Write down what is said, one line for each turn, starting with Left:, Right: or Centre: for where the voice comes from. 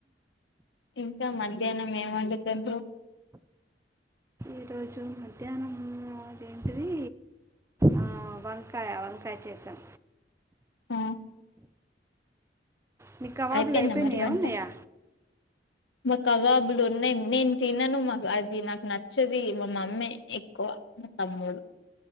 Left: ఇంకా మధ్యాహ్నం ఏం వండుతుండ్రు
Right: ఈరోజు మధ్య ఉం అదేంటిది ఆ వంకాయ వంకాయ చేసాం
Left: ఆ
Right: నీ కవాబులు
Left: అయిపోయిందా
Right: అయిపోయినాయా
Left: మరి వంట
Right: ఉన్నాయా
Left: మా కవాబులు ఉన్నాయి నేను తినను మాకు అది నాకు నచ్చది మా మమ్మే ఎక్కువ మా తమ్ముడు